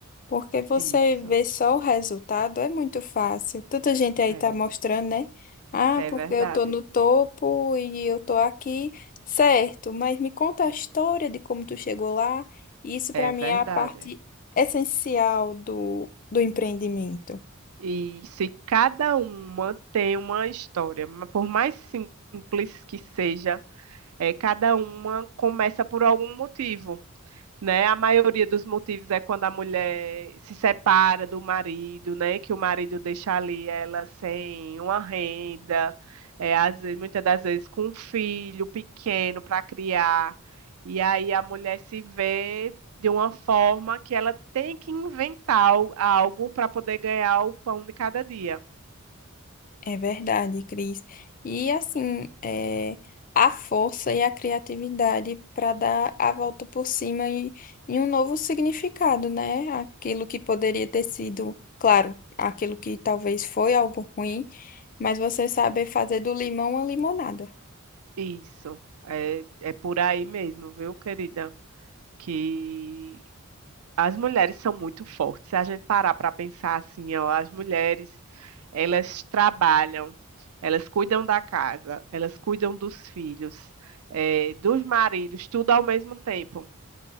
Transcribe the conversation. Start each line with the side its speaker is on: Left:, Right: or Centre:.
Left: Porque você
Right: isso.
Left: vê só o resultado, é muito fácil. Tanta gente aí
Right: É,
Left: tá mostrando, né? Ah,
Right: é
Left: porque
Right: verdade.
Left: eu tô no topo e eu tô aqui. Certo, mas me conta a história de como tu chegou lá. Isso
Right: É
Left: para
Right: verdade.
Left: mim é a parte essencial do, do empreendimento.
Right: E se cada uma tem uma história, ma- por mais simples que seja, é, cada uma começa por algum motivo. né? A maioria dos motivos é quando a mulher se separa do marido, né? Que o marido deixa ali ela sem uma renda, é, às vezes, muitas das vezes com um filho pequeno para criar. E aí a mulher se vê de uma forma que ela tem que inventar al- algo para poder ganhar o pão de cada dia.
Left: É verdade, Cris. E assim, é, a força e a criatividade para dar a volta por cima e, e um novo significado, né? Aquilo que poderia ter sido, claro, aquilo que talvez foi algo ruim, mas você saber fazer do limão uma limonada.
Right: Isso. É, é por aí mesmo, viu, querida? Que As mulheres são muito fortes. Se a gente parar para pensar assim, ó, as mulheres, elas trabalham, elas cuidam da casa, elas cuidam dos filhos, eh, dos maridos, tudo ao mesmo tempo.